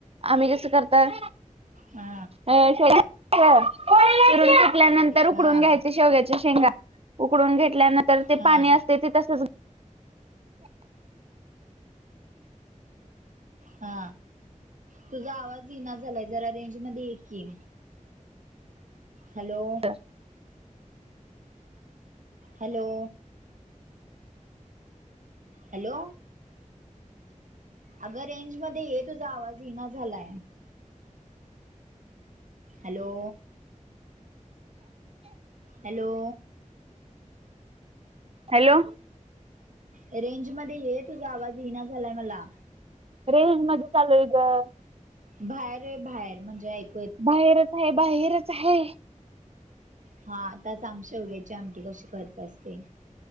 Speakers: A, on the right; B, on the right.
A: आम्ही जसं करताय
B: आ
A: शेव शिरून सुकल्यानंतर उकडून
B: हा
A: घ्यायचे शेवग्याच्या शेंगा. उकडून घेतल्यानंतर ते
B: हा
A: पाणी असते ते तसच
B: हा तुझा आवाज धीना झालाय जरा रेंज मध्ये ये की. हॅलो.
A: <unintelligible>
B: हॅलो. हॅलो. अगं रेंजमध्ये ये तुझा आवाज येईना झालाय हॅलो. हॅलो.
A: हॅलो.
B: रेंज मध्ये ये तुझा आवाज ईना झालाय मला.
A: रेंजमध्येच आलोय ग.
B: बाहेर ये बाहेर म्हणजे ऐक
A: बाहेरच आहे बाहेरच आहे.
B: हा आताच सांगश्या उग्याची आमटी कशी करत्यास ते.